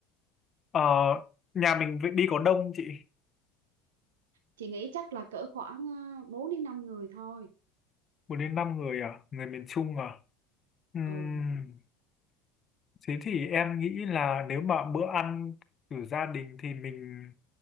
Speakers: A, on the left; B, on the right.
A: Ờ, nhà mình vậy đi có đông chị
B: Chị nghĩ chắc là cỡ khoảng ờ, 4 đến 5 người thôi.
A: 4 đến 5 người à người miền Trung à Ừm,
B: Ừ,
A: thế thì em nghĩ là nếu mà bữa ăn của gia đình thì mình